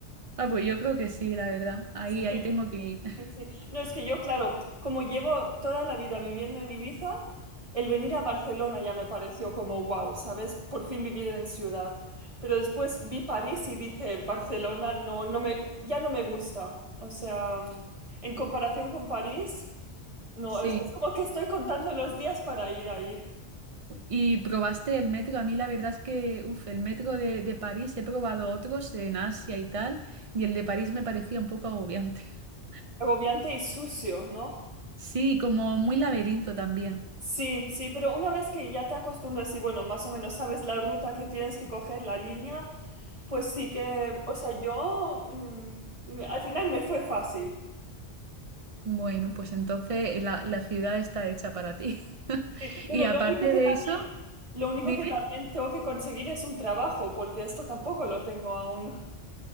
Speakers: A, on the right; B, on the right.
A: Ah, pues yo creo que sí, la verdad. Ahí,
B: Sí.
A: ahí tengo que ir. <laughs>
B: Sí, sí. No, es que yo, claro, como llevo toda la vida viviendo en Ibiza, el venir a Barcelona ya me pareció como wow, ¿sabes? Por fin vivir en ciudad. Pero después vi París y dije, Barcelona no, no me, ya no me gusta. O sea, en comparación con París, no,
A: Sí.
B: es, es como que estoy contando los días para ir ahí.
A: ¿Y probaste el metro? A mí la verdad es que, uff, el metro de, de París, he probado otros en Asia y tal, y el de París me parecía un poco agobiante. <laughs>
B: Agobiante y sucio, ¿no?
A: Sí, como muy laberinto también.
B: Sí, sí, pero una vez que ya te acostumbras y bueno, más o menos sabes la ruta que tienes que coger, la línea, Pues sí que, o sea, yo mm, me- al final me fue fácil.
A: Bueno, pues entonces la, la ciudad está hecha para ti. <laughs>
B: Sí, Bueno,
A: Y aparte
B: lo único que
A: de
B: también,
A: eso,
B: lo único
A: dime,
B: que también tengo que conseguir es un trabajo, porque esto tampoco lo tengo aún.